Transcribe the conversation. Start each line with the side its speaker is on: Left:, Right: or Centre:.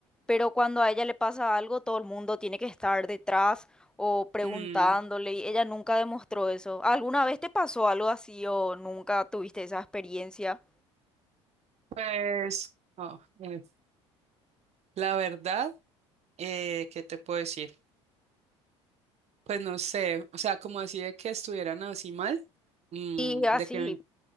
Centre: pero cuando a ella le pasa algo, todo el mundo tiene que estar detrás o preguntándole
Right: Mm.
Centre: y ella nunca demostró eso. ¿Alguna vez te pasó algo así o nunca tuviste esa experiencia?
Right: Pues, no, eh, la verdad, eh, ¿qué te puedo decir? Pues no sé, o sea, como así de que estuvieran así mal, mm,
Centre: Y así
Right: de que, me-